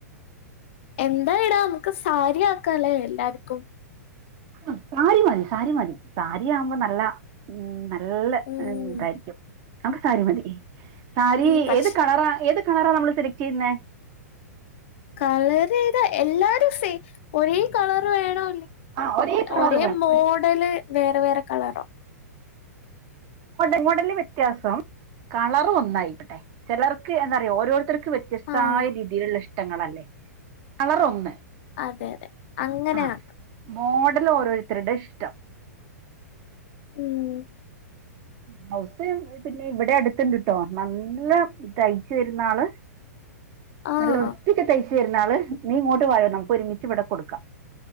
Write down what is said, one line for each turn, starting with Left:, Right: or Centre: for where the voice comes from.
Left: എന്താ ഇടാ നമുക്ക് സാരിയാക്കല്ലേ എല്ലാർക്കും.
Right: ആ സാരി മതി സാരി മതി സാരിയാവുമ്പോ നല്ല നല്ല
Left: ഉം
Right: ഇതായിരിക്കും നമുക്ക് സാരി മതി സാരി
Left: ഉം പക്ഷെ
Right: ഏത് കളറ ഏത് ഏത് കളറാ നമ്മൾ സെലക്ട് ചെയ്യുന്നുന്നത്?
Left: കളർ ഏതാ എല്ലാരും സെയിം ഒരേ കളർ വേണോ
Right: ആ കളർ
Left: ഒരേ
Right: വേണം
Left: മോഡല് വേറെ വേറെ കളറോ?
Right: മോഡല് വ്യത്യാസം കളർ ഒന്നായിക്കട്ടെ ചെലർക്ക് എന്താ അറിയോ ഓരോതർക്ക് <unintelligible> വ്യത്യസ്തമായ
Left: ആഹ്
Right: രീതിയിലുള്ള ഇഷ്ടങ്ങളല്ലേ കളറ ഒന്ന്
Left: അതെ അതെ അങ്ങനെക്കാം.
Right: ആ മോഡൽ ഓരോരുത്തരുടെയും ഇഷ്ടം.
Left: ഉം
Right: ബ്ലോസ് പിന്നെ ഇവിടെ അടുത്ത്ണ്ട്ട്ടോ നല്ല തയ്ച്ചു തരുന്ന ആള്.
Left: ആഹ്
Right: നല്ല വൃത്തിക്ക് തയ്ച്ചു ആള് നീ ഇങ്ങോട്ട് വായോ നമുക്ക് ഒരുമിച്ചുവിടെ കൊടുക്കാം.